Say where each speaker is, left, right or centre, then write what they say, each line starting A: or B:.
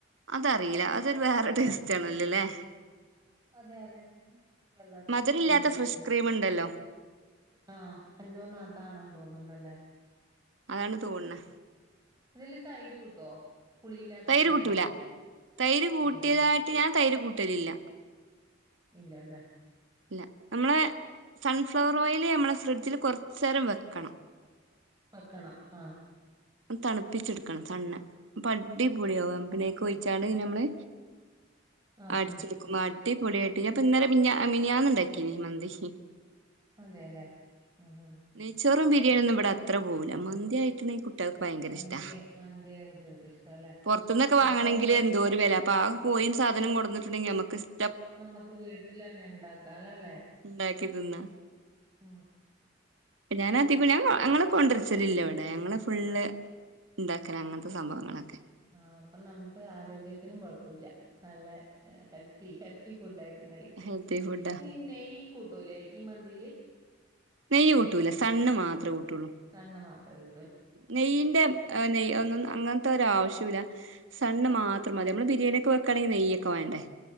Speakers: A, on the right (about 75°); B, on the right (about 20°).
A: അതറില്ല അതൊരു വേറെ ടേസ്റ്റാണല്ലോല്ലേ
B: അതെ അതെ അല്ലാതെ
A: മധുരല്ലാത്ത
B: അയ്ന്റെ
A: ഫ്രഷ്
B: രുചി
A: ക്രീം ഉണ്ടല്ലോ
B: ആ എൻക്കോന്നു അതാണെന്ന് തോന്ന്ണ്ടല്ലേ
A: അതാണ് തോണ്ണ്
B: ഇതില്ല് തൈര് കൂട്ടോ പുളിയില്ലാത്ത
A: തൈര് കൂട്ടൂല
B: കൂട്ടോ
A: തൈര് കൂട്ടിയതായിട്ട്
B: ഇല്ലല്ലേ
A: ഞാൻ തൈര് കൂട്ടലില്ല
B: ഇല്ലലെ
A: ഇല്ല നമ്മളെ സൺഫ്ലവറോയില് നമ്മളെ ഫ്രിഡ്ജില് കൊർച്ചേരം വെക്കണം
B: വെക്കണം ആ
A: തണുപ്പിച്ച്ട്ക്കണം സണ്ണ് പ്പടിപൊളിയാകും നമ്മക്ക് നേ ക്കൊയ്ച്ചാണ്
B: ആഹ്
A: ഞമ്മള്
B: ആഹ്
A: അടിച്ച്ട്ക്കും
B: ആഹ്
A: അടിപൊളിയായിട്ട് ഞാപ്പൊ ഇന്നലേ മിഞ്ഞാ മിനിഞ്ഞാന്ന്ണ്ടാക്കിനി മന്തി
B: അതെല്ലേ ഹ ഹ
A: നെയ്ച്ചോറും ബരിയാണി ഒന്നും ഇവിടെ അത്ര പോവൂല്ല മന്ത്യായ്ട്ട്ണ്ടെങ്കി കുട്ട ട്ട്യാൾക്ക് ഭയങ്കര
B: മന്തി
A: ഇഷ്ടാ
B: മന്തി കുട്ടികൾക്ക് ഇഷ്ടല്ലേ
A: പൊർത്ത്ന്നൊക്കെ വാങ്ങണെങ്കില്
B: എത്ര ആവുന്ന
A: എന്തോര് വെല അപ്പാ കോയീം സാധനും കൊട്ന്ന്ട്ട്ണ്ടെങ്കില് ഞമ്മക്ക് ഷ്‌
B: നമ്മക്ക് വീട്ടിലെന്നെ ണ്ടാക്കാലല്ലേ
A: ഉണ്ടാക്കിതിന്നാ
B: ആ
A: പ്പ ഞാനതികോം ഞാൻ ഞങ്ങള് കൊണ്ടര്ച്ചലില്ല വടെ ഞങ്ങള് ഫുള്ള് ഉണ്ടാക്കലാ അങ്ങനത്തെ സംഭവങ്ങളൊക്കെ.
B: ആഹ് അപ്പം നമ്മുക്ക് ആരോഗ്യത്തിനും കൊഴപ്പല്ല. നല്ല ഹെൽത്ത് ഹെൽത്തി ഫുഡ് ആയിട്ട് തന്നെ കഴിക്കാം.
A: ഹെൽത്തി ഫുഡാ
B: പിന്നെ ഈ കൂട്ടൂല്ലേ ഈ മന്തിയില്
A: നെയ്യ് കൂട്ടൂല്ല സൺ മാത്ര കൂട്ടുള്ളൂ.
B: സൺ മാത്രമേ
A: നെയ്യന്റെ നെയ്യ് ഒന്നും അങ്ങനത്തെ ഒരു ആവശ്യം ഇല്ല. സൺ മാത്രം മതി. നമ്മള് ബിരിയാണിയെക്കെ വെക്കുവാണങ്കി നെയ്യൊക്കെ വേണ്ടേ?